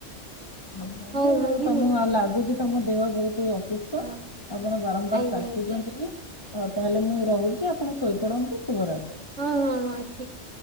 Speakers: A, on the left; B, on the right.
A: ହ
B: ହଉ ଭାଗିନି
A: ଆଉ ତମ ଆଉ ଲାଗୁଛି ତମ ଦେହ ବହୁତ ଅସୁସ୍ଥ।
B: ହଁ
A: ତ ଆପଣ ବାରମ୍ବାର
B: ଆଜ୍ଞା
A: କାଶୁଛନ୍ତି
B: ଆଜ୍ଞା
A: ବି ଆ ତାହେଲେ ମୁଁ ରହୁଛି ଆପଣ ଶୋଇପଡନ୍ତୁ ଶୁଭରାତ୍ରି
B: ହଁ ହଁ ହଁ ଠିକ।